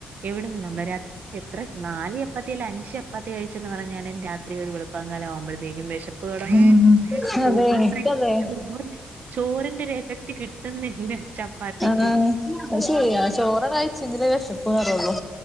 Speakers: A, on the right; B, in the centre.
A: എവിടന്ന് നമ്മ രാത്രി എത്ര നാല് ച പ്പാത്തിയല്ല അഞ്ച് ചപ്പാത്തി കഴിച്ചെന്ന് പറഞ്ഞാലും രാത്രി ഒരു വെളുപ്പാങ്കാലം ആവുമ്പഴത്തേക്കും വെഷ പ്പ് തൊടങ്ങും
B: ഉം
A: ചോറ്
B: അതെ എനിക്കതെ
A: ചോറിന്റെ ചോറിന്റൊരു എഫക്ട് കിട്ടുന്നില്ല ചപ്പാത്തിക്ക്.
B: ആഹ് അഹ്ശരിയാ ചോറ് കഴിച്ചെങ്കിലെ വെഷപ്പ് മാറൊള്ളു